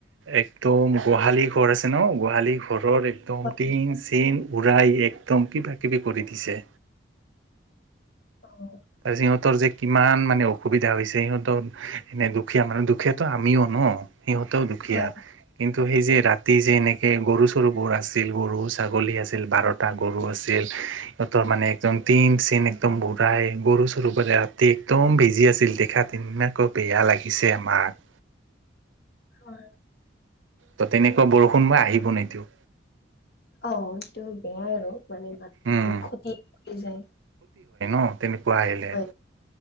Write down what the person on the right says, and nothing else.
একদম গোহালি ঘৰ আছে ন গোহালি ঘৰৰ একদম
টিন-চিন উৰাই একদম কি ব কৰি দিছে।
সিহঁতৰ যে কিমান মানে অসুবিধা হৈছে, সিহঁতৰ এনেই দুখীয়া মানে দুখীয়াতো আমিও ন'। সিহঁতেও দুখীয়া
কিন্তু ত' সেই যে ৰাতি যে এনেকৈ গৰু, চৰুবোৰ আছিল। গৰু, ছাগলী আছিল বাৰটা গৰু আছিল। সিহঁতৰ মানে একদম টিন-চিন একদম উৰাই গৰু, চৰু পৰাৰে ৰাতি একদম ভিজি আছিল। দেখাত এনেকৈ বেয়া লাগিছে আমাৰ
ত তেনেকুৱা বৰষুণ বাই আহিব নিদিও।
উম
অ' তেনেকুৱা আহিলে